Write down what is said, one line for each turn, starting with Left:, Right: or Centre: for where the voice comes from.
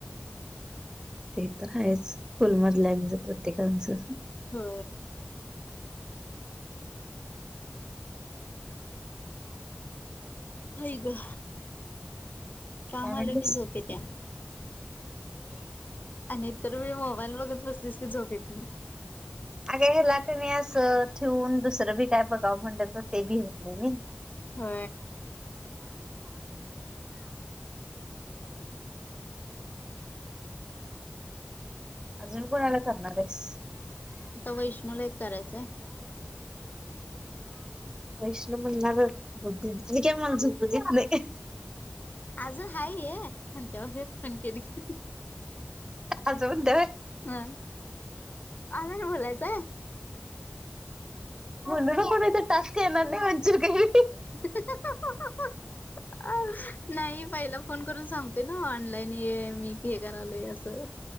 Right: ते तर आहेच स्कूलमधल्याच प्रत्येकांचं
Left: हो. ह का? फमालगी
Right: काय म्हणलीस?
Left: झोपत्या. आणि तरर मी मोबाईल बघत बसलीस की झोपेत नाही
Right: अगे ह्याला कणी अस ठेवून दुसरं बी काय बघावं म्हंटलं तर ते बी होत नाही नाही
Left: हो
Right: अजून कोणाला करणार आहेस
Left: ता वैष्णू ला एकक करायचंय <inaudible>
Right: वैष्णव म्हणणार बुद्ध काय मला झुप त नाही
Left: अजून हाय ये आणि त्या वैर पणखीनखी
Right: असजं बद्ध
Left: हम आदर बोलायचाय
Right: ण म्हण टस्क म्हरे
Left: <unintelligible> नाही पहिला फोन करून सांगतेय ना ऑनलाईन मी हे करालोय असं